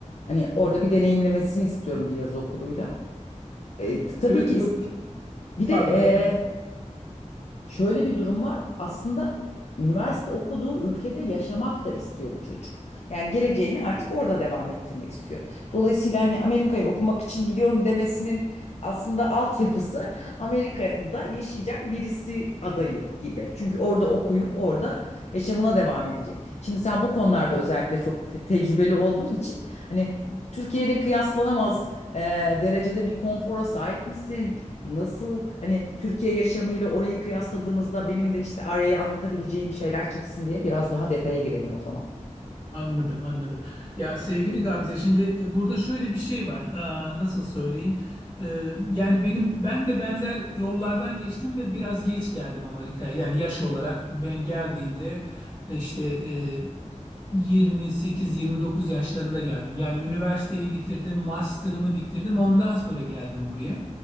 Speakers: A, on the left; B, on the left.
A: hani orada bir deneyimlemesini istiyorum bir yaz okuluyla. E, t- tabii
B: Evet
A: ki is-
B: çok
A: bir de
B: pardon.
A: e, Şöyle bir durum var. Aslında üniversite okuduğu ülkede yaşamak da istiyor bu çocuk. Yani geleceğini artık orada devam ettirmek istiyor. Dolayısıyla hani Amerika'ya okumak için gidiyorum demesinin aslında altyapısı Amerika'da yaşayacak birisi adayı gibi. Çünkü orada okuyup orada yaşamına devam edecek. Şimdi sen bu konularda özellikle çok te- tecrübeli olduğun için Hani Türkiye ile kıyaslanamaz e, derecede bir konfora sahip misin? Nasıl hani Türkiye yaşamıyla orayı kıyasladığımızda benim de işte araya anlatabileceğim şeyler çıksın diye biraz daha detaya girelim o zaman.
B: Anladım, anladım. Ya sevgili Gamze, şimdi e, burada şöyle bir şey var. Aa, nasıl söyleyeyim? Ee, yani benim ben de benzer yollardan geçtim ve biraz geç geldim Amerika'ya. Yani yaş olarak ben geldiğimde e, işte e, 28-29 yaşlarında geldim. Yani üniversiteyi bitirdim, master'ımı bitirdim. Ondan sonra geldim buraya.